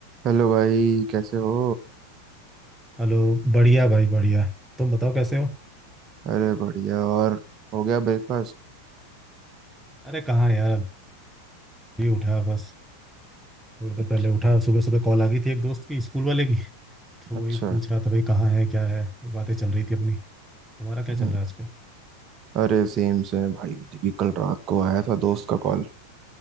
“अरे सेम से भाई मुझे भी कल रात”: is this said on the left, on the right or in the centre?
Right